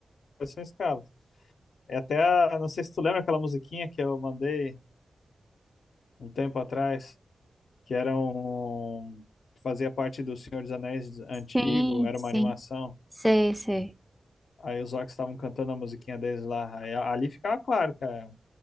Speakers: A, on the left; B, in the centre.
A: eles são escravos. É até a, não sei se tu lembra aquela musiquinha que eu mandei um tempo atrás, que era um, fazia parte do Senhor dos Anéis antigo,
B: Sim,
A: era
B: sim.
A: uma animação.
B: Sei, sei.
A: Aí os orcs estavam cantando a musiquinha deles lá. Aí, a- ali ficava claro, cara,